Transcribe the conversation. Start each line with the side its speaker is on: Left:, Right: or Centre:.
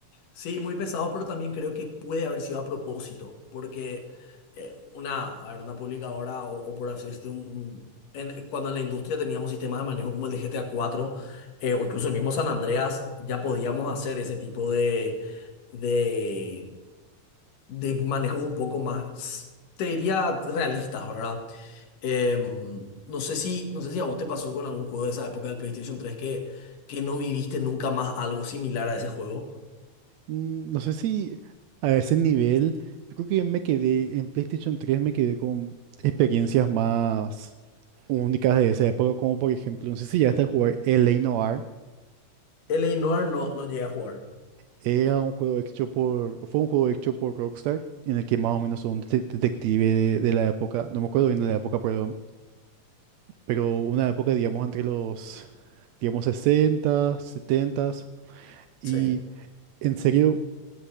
Left: Sí, muy pesado, pero también creo que puede haber sido a propósito, porque eh, una, a ver, una publicadora o, o por así decirlo, un- un- en- cuando en la industria teníamos sistemas de manejo como el de GTA cuatro eh, o incluso el mismo San Andreas, ya podíamos hacer ese tipo de, de, de manejos un poco más, te diría, realistas, ¿verdad? Em, no sé si, no sé si a vos te pasó con algún juego de esa época del PlayStation 3 que, que no viviste nunca más algo similar a ese juego.
Right: Mm, No sé si a ese nivel, yo creo que me quedé, en PlayStation tres me quedé con experiencias más únicas de esa época, como por ejemplo, no sé si ya hasta jugar L.A. Noire,
Left: L L.A. Noir no, no llegué a jugar.
Right: era un juego hecho por, fue un juego hecho por Rockstar, en el que más o menos un de- detective de, de la época, no me acuerdo bien de la época, perdón, pero una época, digamos, entre los, digamos, 60 70, y
Left: Sí,
Right: en serio...